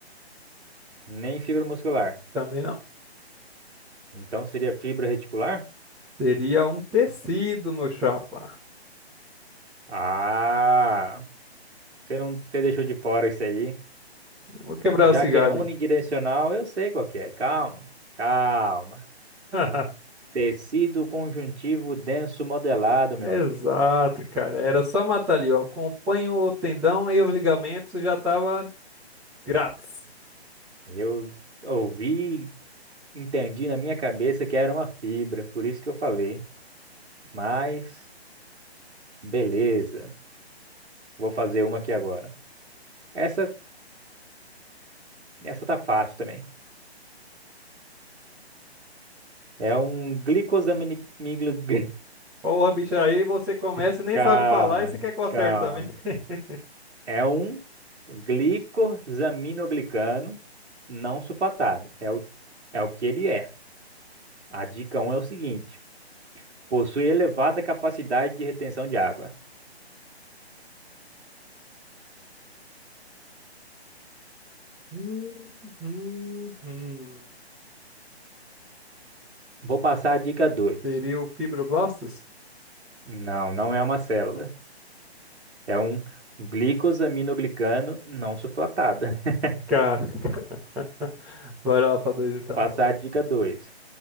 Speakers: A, on the right; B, in the centre.
A: Nem fibra muscular.
B: Também não.
A: Então seria fibra reticular?
B: Seria um tecido, meu chapa.
A: Ah, você não, você deixou de fora isso aí.
B: Vou quebrar
A: Já
B: o cigarro
A: que é
B: ali.
A: unidirecional, eu sei qual que é. Calma, calma.
B: <laughs>
A: Tecido conjuntivo denso modelado, meu
B: Exato,
A: amigo.
B: cara. Era só matar ali, ó. Acompanho o tendão e os ligamentos já tava grátis.
A: Eu ouvi, e entendi na minha cabeça que era uma fibra, por isso que eu falei. Mas beleza, vou fazer uma aqui agora. Essa, essa tá fácil também. É um glicosamine... miglo- gli-
B: Porra, bicho, aí você começa
A: <laughs>
B: e nem
A: Calma,
B: sabe falar e você quer que eu acerte
A: calma.
B: também. <laughs>
A: É um glicosaminoglicano não sulfatado. É o, é o que ele é. A dica um é o seguinte. Possui elevada capacidade de retenção de água.
B: Hum, hum, hum.
A: Vou passar a dica 2.
B: Seria o fibroblastos?
A: Não, não é uma célula. É um glicosaminoglicano não sulfatado. <laughs>
B: Cara, <laughs> vai lá pra dois então.
A: Passar a dica 2.